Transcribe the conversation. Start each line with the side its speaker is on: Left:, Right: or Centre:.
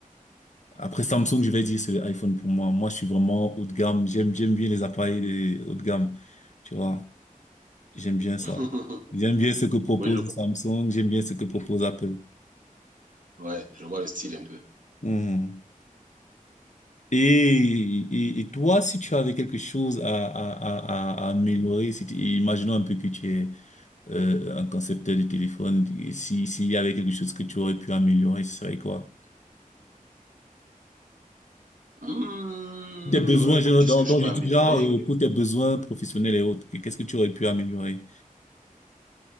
Left: Après Samsung, je vais dire c'est l'iPhone pour moi. Moi, je suis vraiment haut de gamme. J'aime, j'aime bien les appareils les haut de gamme. Tu vois, j'aime bien ça.
Right: <laughs>
Left: J'aime bien ce que propose
Right: Oui, je vois.
Left: Samsung. J'aime bien ce que propose Apple.
Right: Ouais, je vois le style un peu.
Left: Mhm. Et, et, et toi, si tu avais quelque chose à, à, à, à à améliorer, si tu- imaginons un peu que tu es euh, un concepteur de téléphone, et si, s'il y avait quelque chose que tu aurais pu améliorer, ce serait quoi?
Right: Hmm,
Left: Tes besoins,
Right: euh,
Left: genre,
Right: qu'est-ce
Left: donc,
Right: que je
Left: donc
Right: peux
Left: je dis
Right: améliorer?
Left: genre, euh, pour tes besoins professionnels et autres, que- qu'est-ce que tu aurais pu améliorer?